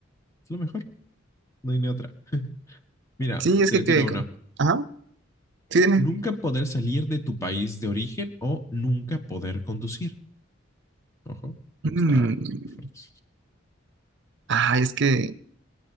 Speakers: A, on the left; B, on the right.
A: Es lo mejor, no hay ni otra. Mira,
B: Sí, es
A: te
B: que, que-
A: tiro una.
B: Ajá, sí, dime.
A: Nunca poder salir de tu país de origen o nunca poder conducir. Ojo,
B: Mm,
A: está muy fuerte.
B: ah, es que